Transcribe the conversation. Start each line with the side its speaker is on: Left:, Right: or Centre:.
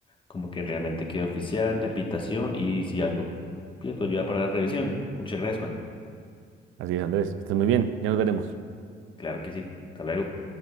Left: como que realmente quede oficial la invitación y si algo pido tu ayuda para la revisión. Muchas gracias, Juan.
Right: Así es, Andrés, que estés muy bien. Ya nos veremos.
Left: Claro que sí. Hasta luego.